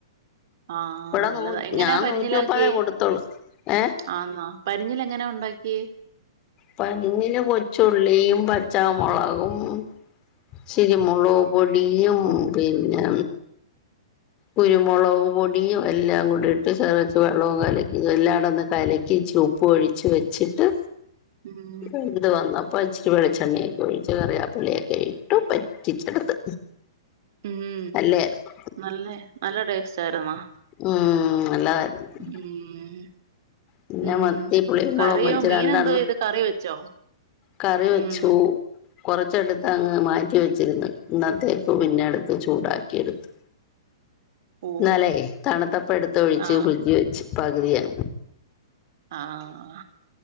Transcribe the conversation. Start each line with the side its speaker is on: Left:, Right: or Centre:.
Right: ആഹ്
Left: ഇവിടെ
Right: നല്ലതാ
Left: നൂ
Right: എങ്ങനെയാ
Left: ഞാൻ
Right: പരിഞ്ഞിലാക്കിയേ
Left: നൂറ്റി മുപ്പതേ കൊടുത്തോളൂ ഏഹ്
Right: ആന്നാ പരിഞ്ഞിൽ എങ്ങനാ ഒണ്ടാക്കിയേ
Left: പരിഞ്ഞില് കൊച്ചുള്ളിയും പച്ചാമൊളകും ഇച്ചിരി മൊളക് പൊടിയും പിന്നെ കുരുമൊളക് പൊടിയും എല്ലാം കൂടെ ഇട്ട് ചതച്ചു വെള്ളവും കലക്കി എല്ലാടൊന്ന് കലക്കി ഇച്ചി ഉപ്പ് ഒഴിച്ചു വെച്ചിട്ട്
Right: ഉം
Left: എന്ത് വന്ന അപ്പ ഇച്ചിരി വെളിച്ചെണ്ണയെക്കെ ഒഴിച്ച് കറിയാപ്പിലയൊക്കെ ഇട്ടു പറ്റിച്ചെടുത്ത്
Right: മ്
Left: നല്ലായിരുന്നു
Right: നല്ലേ നല്ല ടേസ്റ്റാരുന്നു
Left: മ് നല്ലതാരുന്നു
Right: ഉം
Left: പിന്ന
Right: ഉം
Left: മത്തി പുളിയും മൊളകും
Right: കറിയോ
Left: വെച്ച്
Right: മീൻ
Left: രണ്ടെണ്ണം
Right: എന്തോ ചെയ്ത് കറി വെച്ചോ
Left: കറി വെച്ചു
Right: ഉം
Left: കൊറച്ചെടുത്ത് അങ്ങ് മാറ്റി വെച്ചിരുന്നു ഇന്നത്തേക്ക് പിന്നെ എടുത്ത് ചൂടാക്കി എടുത്തു
Right: ഓഹ്
Left: ഇന്നാലേ തണുത്തപ്പ എടുത്ത് ഒഴിച്ച്
Right: ആഹ്
Left: ഫ്രിഡ്ജി വെച്ച് പകുതിയാ
Right: ആഹ് ആ